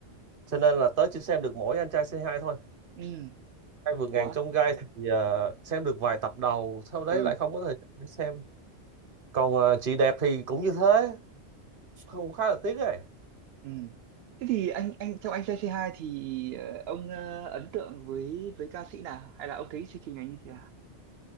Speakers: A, on the right; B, on the right.
A: cho nên là tớ chỉ xem được mỗi anh trai Say Hi thôi.
B: Ừ.
A: Hai vượt
B: What?
A: ngàn chông gai thì ờ, xem được vài tập đầu, sau đấy
B: Ừ.
A: lại không có thời gian để xem. Còn ờ, chị đẹp thì cũng như thế, không khá là tiếc ấy.
B: Ừ. Thế thì anh anh trong Anh trai Say Hi thì ờ, ông ờ, ấn tượng với với ca sĩ nào hay là ông thấy chương trình này như thế nào?